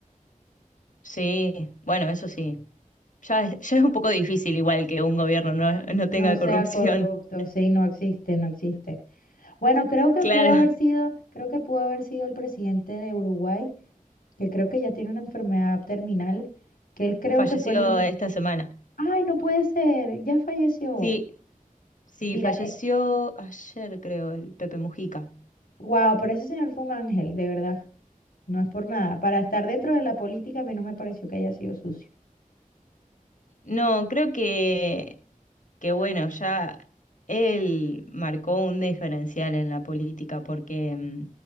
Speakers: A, on the left; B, on the left.
A: sí, bueno, eso sí. Ya es, ya es un poco difícil igual que un gobierno no, no
B: No
A: tenga
B: sea
A: corrupción.
B: corrupto,
A: <laughs>
B: sí, no existe, no existe. Bueno, creo que
A: Claro,
B: pudo haber sido, creo que pudo haber sido el presidente de Uruguay, que creo que ya tiene una enfermedad terminal, que él creo
A: falleció
B: que fue el único.
A: esta semana.
B: ¡Ay, no puede ser! Ya falleció.
A: Sí, sí,
B: Mira,
A: falleció ayer, creo, el Pepe Mujica.
B: wow, pero ese señor fue un ángel, de verdad. No es por nada. Para estar dentro de la política, a mí no me pareció que haya sido sucio.
A: No, creo que, que bueno, ya él marcó un diferencial en la política porque mm,